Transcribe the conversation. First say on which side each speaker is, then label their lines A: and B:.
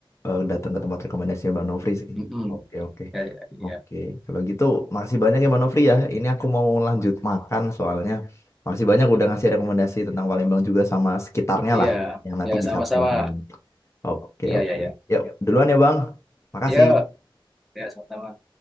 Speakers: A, on the left (about 30°); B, in the centre.
A: eee, datang ke tempat rekomendasinya Bang Nofri sih.
B: Mm-mm.
A: Oke oke.
B: Ya, ya, ya,
A: Oke, kalau gitu makasih banyak ya Bang Nofri ya, ini aku mau lanjut makan soalnya. Makasih banyak udah ngasih rekomendasi tentang Palembang juga sama sekitarnya
B: Iya.
A: lah, yang nanti
B: Ya,
A: bisa
B: sama-sama.
A: aku kunjungi. Oke
B: Iya,
A: oke.
B: ya, ya.
A: Yuk, duluan
B: Hmm,
A: ya Bang. Makasih.
B: Ya, ya, sama-sama.